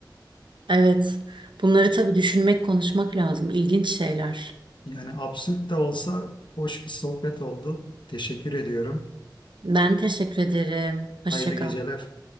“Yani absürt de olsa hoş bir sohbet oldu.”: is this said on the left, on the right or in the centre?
Left